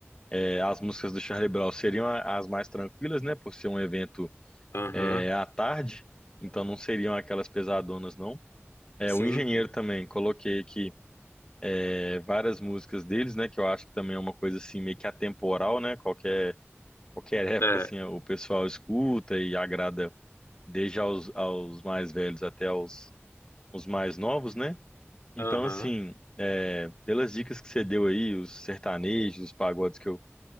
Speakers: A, on the left; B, on the left.
A: É, as músicas do Charlie Brown seriam a- as mais tranquilas, né? Por ser um evento
B: Aham,
A: é, à tarde, então não seriam aquelas pesadonas, não. É,
B: sim.
A: o Engenheiro também, coloquei aqui é, várias músicas deles, né? Que eu acho que também é uma coisa assim meio que atemporal, né? Qualquer, qualquer época,
B: É,
A: assim, o pessoal escuta e agrada desde aos, aos mais velhos até aos os mais novos, né? Então,
B: aham.
A: assim, é, pelas dicas que você deu aí, os sertanejos, os pagodes que eu,